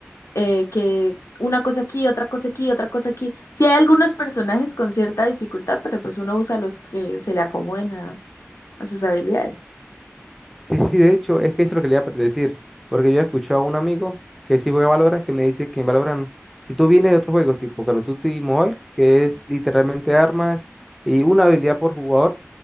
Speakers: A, on the left; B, in the centre.
A: eh, que una cosa aquí, otra cosa aquí, otra cosa aquí. Sí hay algunos personajes con cierta dificultad, pero pues uno usa los que se le acomoden a, a sus habilidades.
B: Sí, sí, de hecho, es que eso es lo que le iba a decir, porque yo he escuchado a un amigo que sí juega Valorant, que me dice que en Valorant, si tú vienes de otros juegos tipo Call of Duty Mobile, que es literalmente armas y una habilidad por jugador,